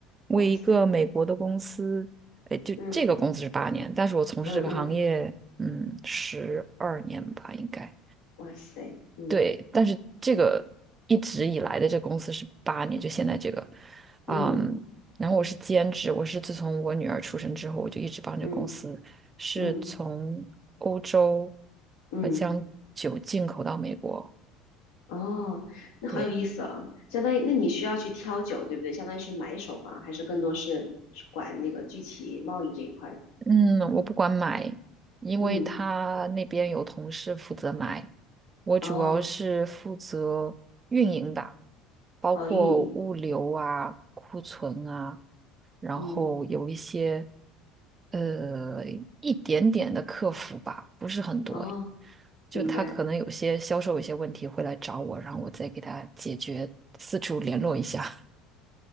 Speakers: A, on the right; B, on the left.
A: 为一个美国的公司，
B: 哇塞，
A: 哎，就这个公司是八年，
B: 嗯
A: 但是我从事这个行业，
B: 嗯嗯，
A: 嗯，十二年吧，应该。
B: 哇塞，嗯
A: 对，但是这个一直以来的这公司是八年，就现在这个，嗯，
B: 嗯
A: 然后我是兼职，我是自从我女儿出生之后，我就一直帮这个公司，
B: 嗯
A: 是从欧洲
B: 嗯嗯。
A: 呃将酒进口到美国。
B: 哦，那好有意思啊！
A: 对，
B: 相当于，那你需要去挑酒，对不对？相当于是买手吧，还是更多是管那个具体贸易这一块？
A: 嗯，我不管买，因为他那边有同事负责买，
B: 嗯，
A: 我主要是负责运营的，
B: 哦，
A: 包括物流啊、
B: 哦，运营，
A: 库存啊。然后有一些
B: 嗯，
A: 呃一点点的客服吧，不是很多。
B: 哦，
A: 就他可能有些销售有些问题会来找我，
B: 明白，
A: 然后我再给他解决，四处联络一下。<laughs>